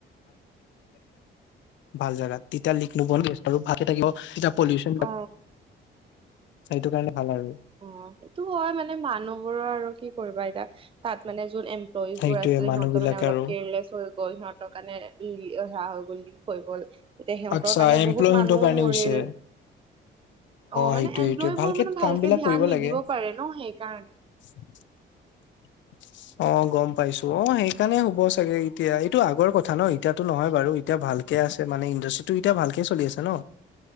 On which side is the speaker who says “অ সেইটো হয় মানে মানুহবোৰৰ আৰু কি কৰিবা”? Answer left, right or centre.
Right